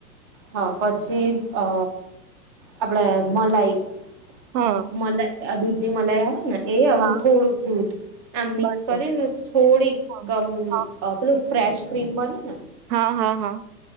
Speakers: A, on the right (about 15°); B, on the right (about 70°).
A: હા, પછી, અ આપડે. મલાય હં
B: હા
A: મલા અ દૂધની મલાઈ આવેને એ અને
B: હા
A: થોડુંક દૂધ આમ મિક્સ
B: બરોબર
A: કરીને થોડીક
B: હા
A: અમ આ પેલું ફ્રેશ ક્રીમ બની
B: હા હા હા.